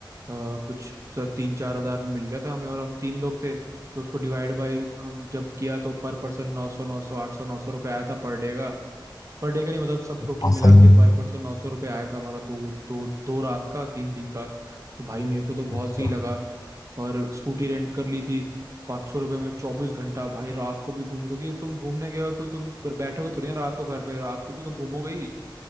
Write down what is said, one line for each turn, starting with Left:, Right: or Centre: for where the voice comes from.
Right: कुछ स- तीन चार हजार में मिल गया था हमें और हम तीन लोग थे तो उसको डिवाइड बाय हम जब किया तो पर पर्सन नौ सौ नौ सौ आठ सौ नौ सौ रुपये आया था पर डे का पर डे का नहीं मतलब सब
Left: हाँ
Right: टोटल मिला
Left: सही
Right: के
Left: है
Right: पर पर्सन नौ सौ रुपये आया था हमारा दो दो दो रात का तीन दिन का तो भाई मेरे को तो बहुत
Left: अच्छा
Right: सही लगा और स्कूटी रेंट कर ली थी पाँच सौ रुपये में चौबीस घंटा भाई रात को भी घूमो क्योंकि तुम घूमने गए हो तो तुम बैठोगे थोड़ी ना रात को घर पे रात को भी तो घूमोगे ही